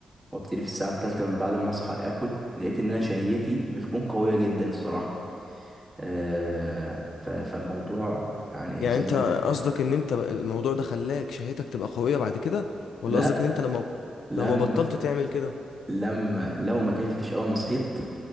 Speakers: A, on the right (about 15°); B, on the left (about 90°).
A: وابتدي في الساعه الثالثه من بعد ما اصحى اكل لقيت ان انا شهيتي بتكون قويه جدا الصراحه آه، ف- فالموضوع يعني
B: يعني
A: زي
B: أنت
A: ما انت
B: قصدك إن أنت الموضوع ده خلاك شهيتك تبقى قوية بعد كده ولا
A: لا
B: قصدك إن أنت لما
A: لما
B: لما بطلت تعمل كده
A: لما لو ما اكلتش اول ما صحيت